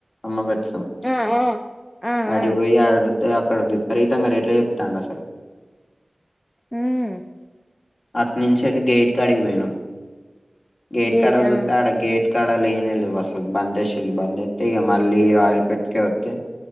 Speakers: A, on the left; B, on the left.
A: అమ్మ పెచ్చం
B: ఆ ఆ ఆ
A: అడిపోయి
B: ఆ
A: ఆడు అయితే అక్కడ విపరీతంగా రేట్లే చెప్తుండు అసలు
B: ఉమ్
A: అటు నుంచి వెళ్లి గేట్ కడికి పోయినం గేట్
B: గేటా
A: కాడ చూస్తే ఆడ గేట్ ఇక్కడ లేనే లేవు అసలు బంద్ చేసిళ్ళు బంద్ చెత్తే ఇగ మళ్ళీ రాయల్ ఫెట్స్క వత్తే